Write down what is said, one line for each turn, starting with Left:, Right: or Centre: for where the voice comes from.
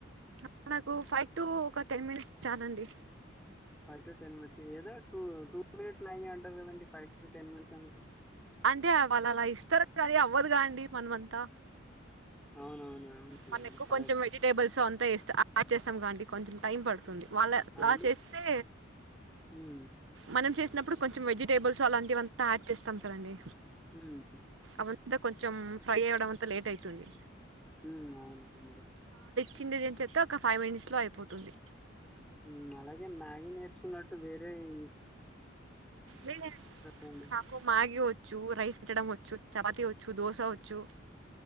Right: ఆ నాకు ఫైవ్ టు ఒక టెన్ మినిట్స్ చాలండి
Centre: ఫైవ్ టు టెన్ మినిట్స్ ఏదో టూ టూ మినిట్స్ లాగే అంటారు కదండి ఫైవ్ టెన్ మినిట్స్ ఏందుకు
Right: అంటే వాళ్ళు అలా ఇస్తారు కానీ అవ్వదుగా అండి మనమంతా
Centre: అవునవును అవునులేండి
Right: మన ఎక్కువ
Centre: కరెక్ట్
Right: కొంచెం వెజిటేబుల్స్ అ తేస్తే ఆ చేస్తాం కాండి కొంచెం టైం పడుంది వాళ్ళలా
Centre: ఆ అండి
Right: చేస్తే
Centre: హ్మ్
Right: మనం చే తినప్పుడు కొంచెం వెజిటేబుల్స్ అలాంటివింతా యాడ్ చేస్తాం కదండి
Centre: ఉమ్
Right: అంత కొంచెం ఫ్రై అయ్యడం అంతా లేట్ అవుతుంది
Centre: ఉమ్ అవును ఉండే
Right: చిందిదించేత్తే ఒక ఫైవ్ మినిట్స్ లో అయిపోతుంది
Centre: ఉమ్ అలాగే మ్యాగీ నేర్చుకున్నట్టు వేరేయి
Right: లే
Centre: కదండి
Right: కాకు మ్యాగి వొచ్చు రైస్ పెట్టడం వొచ్చు చపాతి వొచ్ చ్చు దోశ వొచ్చు